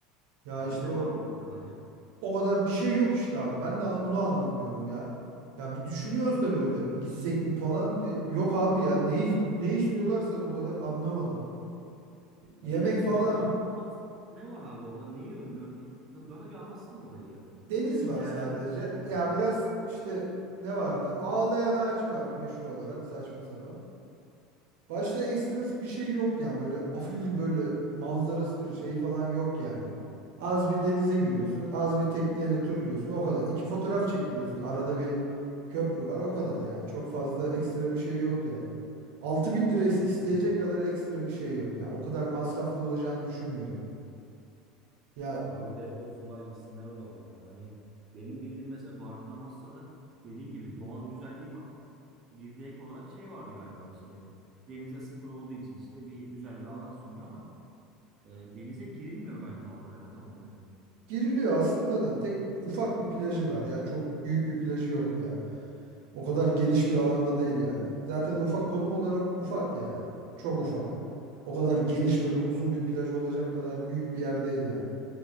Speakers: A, on the right; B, on the right.
A: Ya
B: Abi
A: işte
B: ne
A: o
B: var orada o kadar ya?
A: O kadar bir şey yok işte abi. Ben de an- onu anlamıyorum ya. Ya bir düşünüyoruz da böyle gitsek mi falan diye. Yok abi ya ne ne istiyorlarsa bu kadar anlamadım.
B: Hani
A: Yemek
B: gerçekten
A: falan
B: Bartın Amasya ne var abi orada? Neyi ünlü? Hani tabii bana bir anlatsana orayı ya.
A: deniz var
B: Yer
A: sadece.
B: ve yani şey olarak.
A: Ya biraz işte ne vardı? Ağlayan ağacı var meşhur olarak saçma sapan. Başta ekstrası bir şey yok yani böyle afilli böyle manzarasıdır şeyi falan yok yani. Az bir denize giriyorsun, az bir tekneyle turluyorsun o kadar. İki fotoğraf çekiliyorsun arada bir köprü var o kadar yani. Çok fazla ekstra bir şey yok ya. altı bin lira
B: Allah
A: is- isteyecek
B: Allah.
A: kadar ekstra bir şey yok yani. O kadar masraflı olacağını düşünmüyorum. Ya
B: Abi def olsunlar gitsinler o zaman ya. Hani benim bildiğim mesela Bartın Amasya'da dediğin gibi doğal güzelliği var. Bir de ek olarak şey vardı galiba işte denize sıfır olduğu için işte bir güzel bir alan sunuyor ama e, denize girilmiyor galiba orada değil mi tam olarak?
A: giriliyor aslında da tek ufak bir plajı var ya çok büyük bir plajı yok ya. O kadar geniş bir alanda değil yani. Zaten ufak konum olarak ufak ya. Çok ufak. O kadar geniş böyle uzun bir plaj olacak kadar büyük bir yer değil yani.